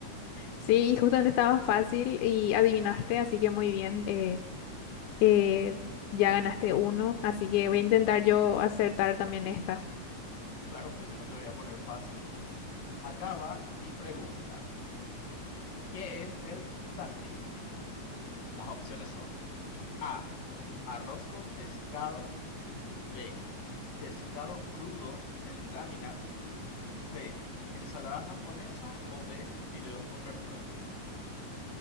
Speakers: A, on the left; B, on the left.
A: Sí, y justamente estaba fácil y adivinaste, así que muy bien. eh, eh, ya ganaste uno, así que voy a intentar yo acertar también esta.
B: Claro, pero yo no te voy a poner fácil. Acaba mi pregunta. ¿Qué es el sashimi? Las opciones son A, arroz con pescado, B, pescado crudo en láminas, C, ensalada japonesa o D, fideos con verduras.